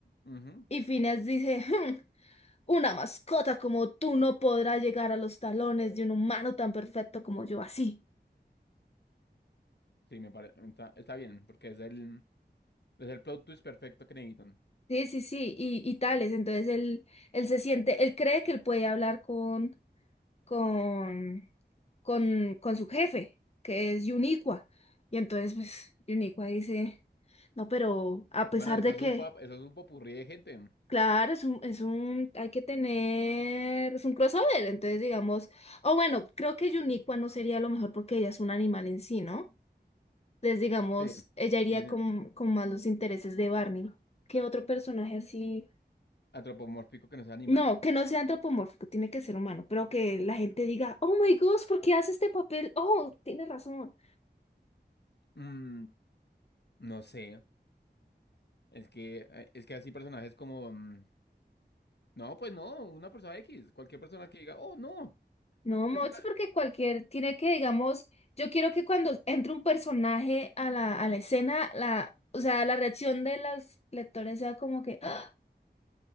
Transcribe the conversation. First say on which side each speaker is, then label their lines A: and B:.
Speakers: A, on the left; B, on the left.
A: Ujú.
B: y Phineas dice, "Hmm, Una mascota como tú no podrá llegar a los talones de un humano tan perfecto como yo, así.
A: Sí, me parece. Está, está bien, porque es el, es el plot twist perfecto que necesitan.
B: Sí, sí, sí, y, y tales. Entonces él, él se siente, él cree que él puede hablar con, con, con, con su jefe, que es Yuniqua. Y entonces, pues, Yuniqua dice, no, pero a pesar
A: Bueno, eso
B: de
A: es
B: que,
A: un pop, eso es un popurrí de gente.
B: claro, es un, es un, hay que tener, es un crossover. Entonces, digamos, o bueno, creo que Yuniqua no sería lo mejor porque ella es un animal en sí, ¿no? Entonces, digamos,
A: Sí.
B: ella iría
A: viene
B: con, con más los intereses de Barney. ¿Qué otro personaje así?
A: Antropomórfico que no sea animal.
B: No, que no sea antropomórfico, tiene que ser humano, pero que la gente diga, oh my gosh, ¿por qué hace este papel? Oh, tiene razón.
A: Mm, no sé. Es que, eh, es que así personajes como. mm, No, pues no, una persona X, cualquier persona que diga, oh, no,
B: No, Moch,
A: es una...
B: porque cualquier, tiene que, digamos, yo quiero que cuando entre un personaje a la, a la escena, la, o sea, la reacción de los lectores sea como que, "Ah,